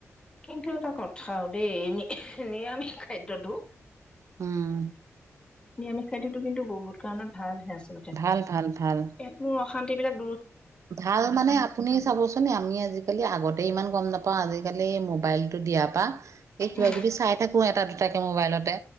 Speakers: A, on the left (about 20°); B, on the right (about 75°).
A: কিন্তু এটা কথাও দেই, নিৰামিষ খাদ্যটো
B: উম,
A: নিৰামিষ খাদ্যতো কিন্তু বহুত কাৰণত ভাল হে। আচলতে
B: ভাল ভাল ভাল
A: <unintelligible> মোৰ অশান্তিবিলাক।
B: ভাল মানে আপুনি চাবচোনে আমি আজিকালি আগতে ইমান গম নাপ পা আজিকালি মো মোবাইলটো দিয়াৰ পা এই কিবা
A: উম
B: কিবি চাই থাকো এটাাত তাকে মোবাইল'তে